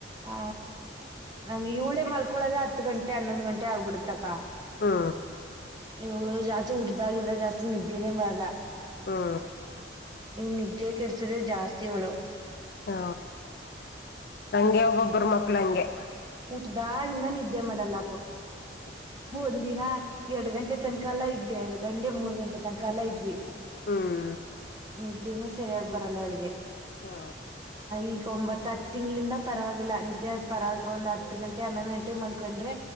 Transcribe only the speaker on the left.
ಹಾ.
ಹ್ಞೂ
ಹಾ ಹಂಗೆ ಒಬ್ಬೊಬ್ಬರು ಮಕ್ಳ ಹಂಗೆ.
ಹ ಹೌದು.
ಹ್ಮ್
ಹಂಗೆ
ಹಾ